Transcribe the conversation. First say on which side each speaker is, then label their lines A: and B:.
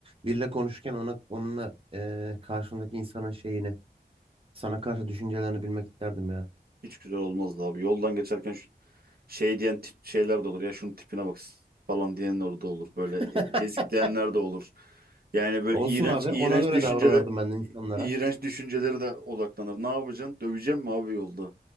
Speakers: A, on the right; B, on the right.
A: biriyle konuşurken ona onunla eee, karşındaki insanın şeyini, sana karşı düşüncelerini bilmek isterdim ya.
B: Hiç güzel olmazdı abi. Yoldan geçerken şu, şey diyen tip şeyler de olur. Ya şunun tipine bak falan diyenler de olur. Böyle
A: <laughs>
B: e- ezikleyenler de olur. Yani böyle
A: Olsun
B: iğrenç
A: abi.
B: iğrenç
A: Ona göre
B: düşünceler
A: davranırdım ben de insanlara.
B: iğrenç düşünceleri de odaklanır. Ne yapacaksın? Döveceğim mi abi yolda?